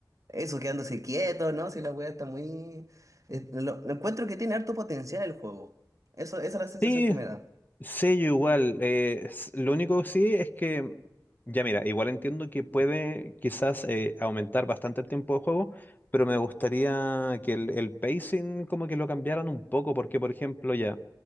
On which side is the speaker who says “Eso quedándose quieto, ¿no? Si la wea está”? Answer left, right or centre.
Right